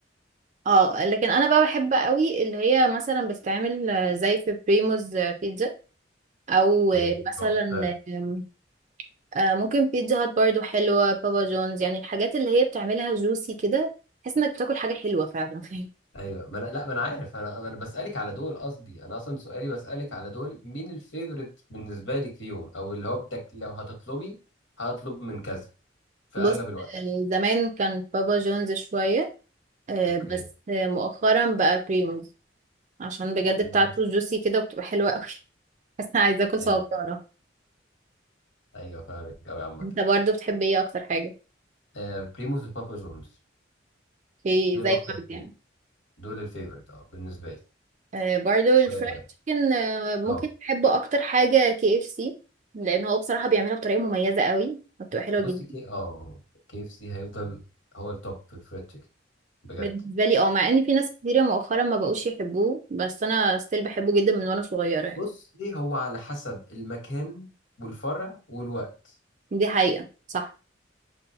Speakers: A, on the right (about 40°); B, on the left (about 80°).
A: اه لكن انا بقى بحب قوي اللي هي مثلا بتتعمل زي في بريموز بيتزا او
B: يعني
A: مثلا
B: تحفه
A: آم، آه، ممكن بيتزا هات برضو حلوه بابا جونز يعني الحاجات اللي هي بتعملها جوسي كده تحس انك بتاكل حاجه حلوه فعلا <laughs>
B: ايوه ما انا لا ما انا عارف انا انا بسالك على دول قصدي انا اصلا سؤالي بسالك على دول مين الفيفوريت بالنسبه لك فيهم او اللي هو بتك... لو هتطلبي هطلب من كذا في
A: بص
B: اغلب الوقت
A: آه، زمان كان بابا جونز شويه آه،
B: اوكي
A: بس مؤخرا بقى بريموز عشان بجد
B: ماشي
A: بتاعته جوسي كده وبتبقى حلوة قوي <laughs> بس انا عايزة اكل صبارة
B: ايوه ايوه فاهمك قوي عامه
A: انت برضو بتحب ايه اكتر حاجة
B: آه بريموس وبابا جونز
A: اوكي
B: دول
A: زي
B: اكتر
A: بعض
B: اتنين
A: يعني
B: دول الفيفوريت اه بالنسبه لي
A: آه برضو الفرايد
B: و...
A: تشيكن آه ممكن
B: اه
A: بحبه اكتر حاجة كي اف سي لان هو بصراحة بيعملها بطريقة مميزة قوي وبتبقى حلوة
B: بصي
A: جدا
B: كي اه كي اف سي هيفضل هو التوب في الفريد تشيكن بجد
A: بالنسبة لي اه مع ان في ناس كتيرة مؤخرا ما بقوش يحبوه بس انا ستيل بحبه جدا من وانا صغيرة يعني
B: بص ايه هو على حسب المكان والفرع والوقت
A: دي حقيقة صح